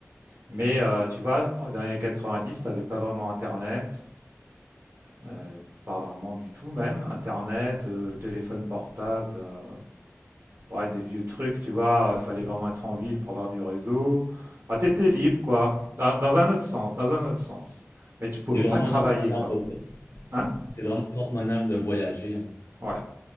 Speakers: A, on the right (about 60°); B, on the left (about 75°).
A: Mais euh, tu vois, dans les années 90, tu n'avais pas vraiment Internet, euh, pas vraiment du tout même. Internet, euh, téléphone portable, euh, ouais, des vieux trucs, tu vois, il fallait vraiment être en ville pour avoir du réseau. Bah, tu étais libre, quoi, dans, dans un autre sens, dans un autre sens. Mais tu pouvais
B: C'est vraiment
A: pas travailler,
B: une autre manière
A: quoi.
B: de,
A: Hein?
B: c'est vraiment une autre manière de voyager. hein.
A: Ouais,